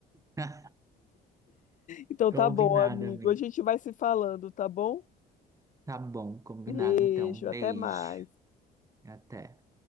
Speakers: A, on the right; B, on the left.
A: <laughs>
B: Então
A: Combinado,
B: tá bom, amigo.
A: amiga.
B: A gente vai se falando, tá bom?
A: Tá bom, combinado
B: Beijo,
A: então. Beijo.
B: até mais.
A: Até.